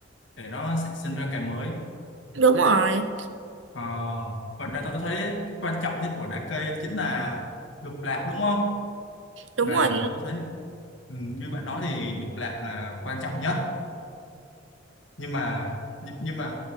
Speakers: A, on the left; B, on the right.
A: để nó sản sinh ra cái mới
B: đúng rồi
A: Ờ, và đây tôi thấy quan trọng nhất của đá cây chính là lục lạc đúng không?
B: đúng
A: Là
B: rồi á
A: tôi thấy ừ, như bạn nói thì lục lạc là quan trọng nhất nhưng mà nhưng, nhưng mà